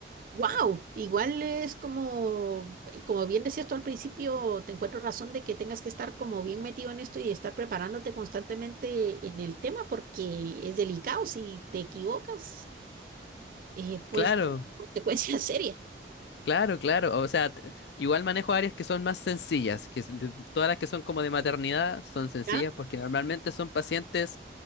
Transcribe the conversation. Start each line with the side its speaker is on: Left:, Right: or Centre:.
Right: Wow, igual es como, como bien decías tú al principio, te encuentro razón de que tengas que estar como bien metido en esto y estar preparándote constantemente en el tema porque es delicado. Si te equivocas, eh, pues
Left: Claro,
Right: consecuencias serias.
Left: claro, claro. O sea, t- igual manejo áreas que son más sencillas, que s- de- todas las que son como de maternidad son sencillas
Right: ¿ya?
Left: porque normalmente son pacientes